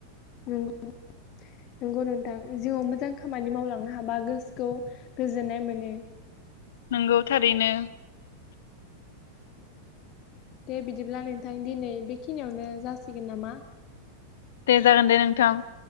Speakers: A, on the left; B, on the left.
A: गौ नंगौ नोंथां जिउआव मोजां खामानि मावलांनो हाबा गोसोखौ गोजोननाय मोनो।
B: नंगौ थारैनो।
A: दे बिदिब्ला नोंथां दिनै बेखिनियावनो जासिगोन नामा?
B: दे जागोन दे नोंथां।